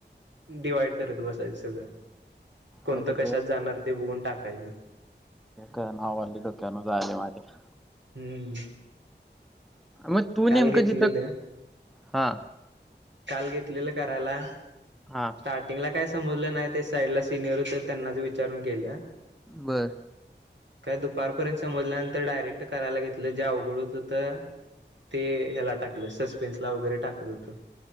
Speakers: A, on the right; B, in the centre.
A: डिवाइड करत बसायचं सगळं कोणतं
B: अरे
A: कशात जाणार ते बघून टाकायचं-
B: नावाली डोक्यान झाले माझ्या
A: हम्म.
B: मग तू
A: काल
B: नेमकं
A: घेतलेलं
B: जिथं हां
A: काल घेतलेलं करायला
B: हा.
A: स्टार्टिंगला काय समजलं नाही ते साईड ला सिनियर होत त्यांनाच विचारून केलं.
B: बर
A: काय दुपारपर्यंत समजल्यानंतर डायरेक्ट करायला घेतलं जे अवघड होतहुत- - ते ह्याला टाकलं सस्पेन्स ला वगैरे टाकत हुतो